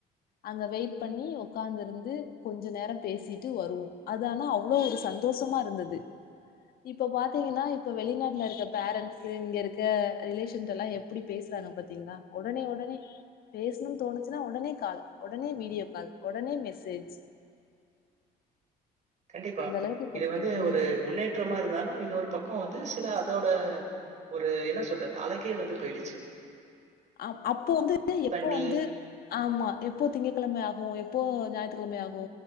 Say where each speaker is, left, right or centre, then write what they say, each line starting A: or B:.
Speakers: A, on the left; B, on the right.
A: அங்க வெயிட் பண்ணி உக்காந்து இருந்து கொஞ்சோ நேர பேசிட்டு வருவோ அது ஆனா அவ்ளோ ஒரு சந்தோஷமா இருந்தது இப்ப பாத்தீங்கன்னா இப்ப வெளிநாட்டுல இருக்க பேரண்ட்ஸ்ஸு இங்க இருக்க ரிலேஷன் எல்லா எப்படி பேசுறாங்க பாத்தி ங்ளா ஒடனே ஒடனே பேசணுன் தோணுச்சுன்னா ஒடனே கால் ஒடனே வீடியோ கால் ஒடனே மெசேஜ்
B: கண்டிப்பா
A: அந்த அளவுக்கு
B: இது
A: போட்டு
B: வந்து
A: ம்
B: ஒரு முன்னேற்றமா இருந்தாலு இன்னொரு பக்க வந்து சில அதோட ஒரு என்ன சொல்றது அழகே வந்து போய்டுச்சு
A: அ அப்போ வந்து எப்போ
B: பண்ணி
A: வந்து ஆமா எப்போ திங்ககிழமை ஆகு எப்போ ஞாயித்துக்கிழமை ஆகு